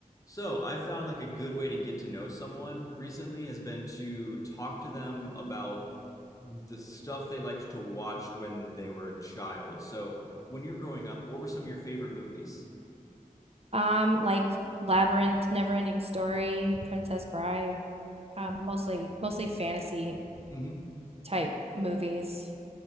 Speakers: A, on the left (about 25°); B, on the right (about 45°).
A: So, I've found like a good way to get to know someone recently has been to talk to them about the stuff they liked to watch when they were a child. So, when you're growing up, what were some of your favorite movies?
B: Um, like Labyrinth, Neverending Story, Princess Bride, um, mostly mostly fantasy
A: hmm
B: type movies.